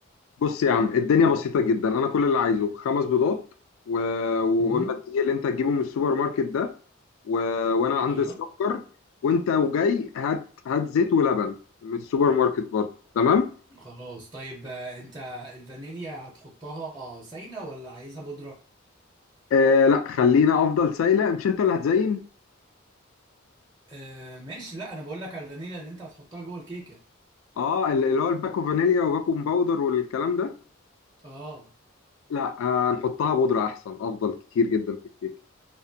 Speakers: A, on the left; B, on the right.
A: بص يا عم الدنيا بسيطة جدا أنا كل اللي عايزه خمس بيضات و... وقلنا
B: امم
A: الدقيق اللي أنت هتجيبه من السوبر ماركت ده و... وأنا عندي
B: ايوه
A: السكر وأنت وجاي هات هات زيت ولبن من السوبر ماركت برضه تمام؟
B: خلاص طيب آه، انت الفانيليا هتحطها سايلة ولا عايزها بودرة؟
A: آه لا خلينا أفضل سايلة مش أنت اللي هتزين؟
B: آه ماشي لا انا بقول لك على الفانيليا اللي انت هتحطها جوه الكيكة
A: أه اللي اللي هو الباكو فانيليا وباكو باودر والكلام ده
B: اه
A: لا آه هنحطها بودرة أحسن أفضل كتير جدا في الكيك